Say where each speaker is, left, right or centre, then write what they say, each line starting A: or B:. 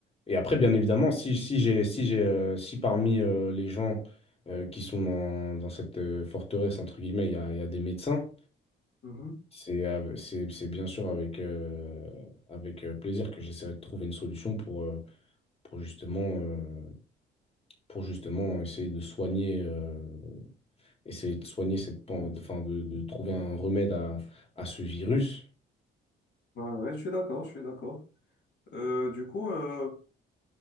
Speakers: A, on the left; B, on the left.
A: et après, bien évidemment, si, si j'ai, si j'ai, euh, si parmi euh, les gens euh, qui sont dans, dans cette euh, forteresse, entre guillemets, il y a, il y a des médecins,
B: mhm.
A: c'est, av- c'est, c'est bien sûr avec, euh, avec euh, plaisir que j'essaierai de trouver une solution pour, euh, pour justement, euh, pour justement essayer de soigner, euh, essayer de soigner cette, pan- de, enfin, de, de trouver un remède à, à ce virus.
B: Ouais, ouais, je suis d'accord, je suis d'accord. Euh, du coup, euh,